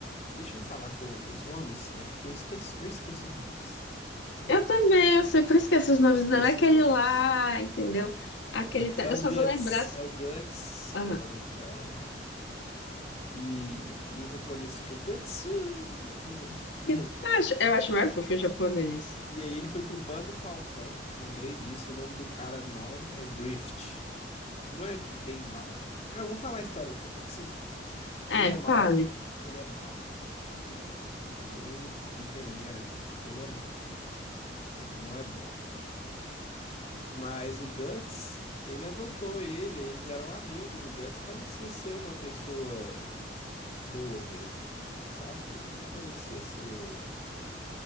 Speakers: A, on the left; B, on the left.
A: Deixa eu falar com os nomes, né? Porque eu esqueço, eu esqueço os nomes, entendeu?
B: Eu também, eu sempre esqueço os
A: Eu
B: nomes,
A: esqueço
B: não é aquele
A: os nomes.
B: lá, entendeu? Aquele. tá-
A: É
B: Eu
A: o
B: só
A: Guts,
B: vou lembrar. se-
A: é o Guts,
B: Ah,
A: que é o nome do cara. E, e em japonês fica Gutsu! entendeu? <laughs>
B: eu acho, eu acho mais fofo em japonês.
A: E aí ele foi pro Bando Falcão, lembrei disso, e o nome do cara mal é Grift. Não é bem mal. Ah, eu vou falar a história toda, que se lá. Ele
B: É,
A: é mal,
B: fale.
A: ele é mal. E ponto. Falei, fica aí a dica que ele é mal. Ele não é bom. Mas o Guts, ele adotou ele, eles eram amigos. O Guts parecia ser uma pessoa boa mesmo, sabe? Ele não parecia ser.